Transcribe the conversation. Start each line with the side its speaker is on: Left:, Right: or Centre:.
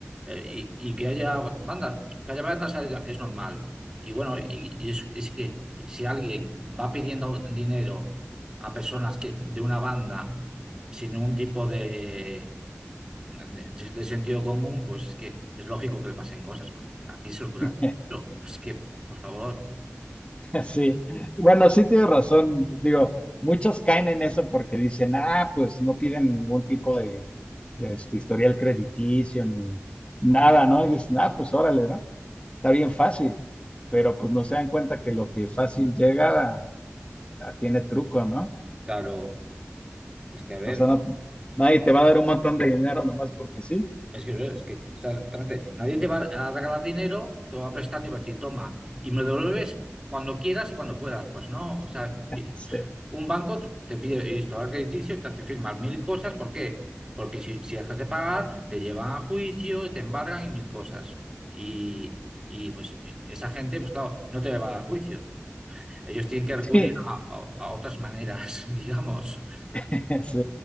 Right: Eh, y, y que haya bandas, que haya bandas es normal. Y bueno, y, y es, es que si alguien va pidiendo dinero a personas que, de una banda sin ningún tipo de, de- de sentido común, pues es que es lógico que le pasen cosas, porque aquí se ocurre
Left: <laughs>
Right: hacer esto. Es que, por favor,
Left: Sí, bueno, sí tienes razón. Digo, muchos caen en eso porque dicen, ah, pues no piden ningún tipo de, de, este, historial crediticio ni nada, ¿no? Y dicen, ah, pues órale, ¿no? está bien fácil, pero pues no se dan cuenta que lo que fácil llega a- a- tiene truco, ¿no?
Right: claro, es que a ver,
Left: O sea, no- nadie te va a dar un montón de dinero nomás porque sí.
Right: Es que, es que exactamente, nadie te va a regalar dinero, te va a prestar, y va a decir, toma, y me lo devuelves cuando quieras y cuando puedas. Pues no, o sea,
Left: Sí,
Right: un banco te te pide historial crediticio, te hace firmar mil cosas, ¿por qué? Porque si, si dejas de pagar, te llevan a juicio y te embargan y mil cosas. Y, y pues esa gente, pues claro, no te va a dar juicio. Ellos tienen que recurrir
Left: sí,
Right: a, a a otras maneras, <laughs> digamos.
Left: <laughs> sí.